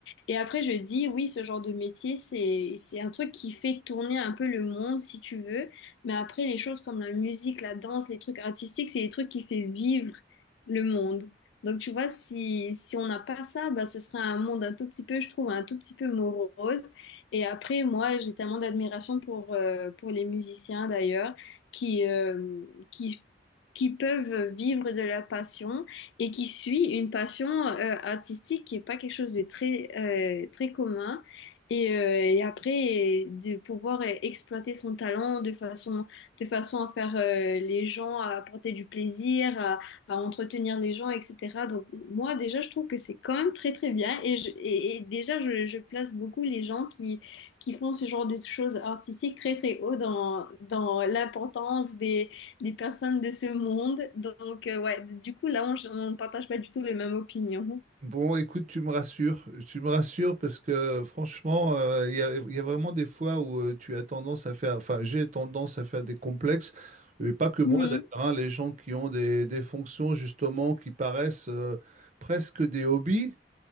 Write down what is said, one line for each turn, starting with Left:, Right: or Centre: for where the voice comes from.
Left: Et après, je dis, oui, ce genre de métier, c'est, c'est un truc qui fait tourner un peu le monde, si tu veux. Mais après, les choses comme la musique, la danse, les trucs artistiques, c'est des trucs qui fait vivre le monde. Donc, tu vois, si, si on n'a pas ça, bah, ce serait un monde un tout petit peu, je trouve, un tout petit peu morose. Et après, moi, j'ai tellement d'admiration pour, euh, pour les musiciens, d'ailleurs, qui, euh, qui, qui peuvent vivre de leur passion et qui suit une passion euh, artistique qui n'est pas quelque chose de très, euh, très commun. Et, euh, et après, euh, de pouvoir euh, exploiter son talent de façon, de façon à faire euh, les gens, à apporter du plaisir, à, à entretenir les gens, etc. Donc moi, déjà, je trouve que c'est quand même très, très bien. Et, je- et, et déjà, je, je place beaucoup les gens qui, qui font ce genre de choses artistiques très, très haut dans, dans l'importance des des personnes de ce monde. Donc, euh, ouais, du coup, là, on ne partage pas du tout les mêmes opinions.
Right: Bon, écoute, tu me rassures. Tu me rassures parce que franchement, euh, il y a, il y a vraiment des fois où euh, tu as tendance à faire, enfin, j'ai tendance à faire des complexes. Et pas que moi
Left: Mhm.
Right: d'ailleurs, hein, les gens qui ont des, des fonctions justement qui paraissent euh, presque des hobbies.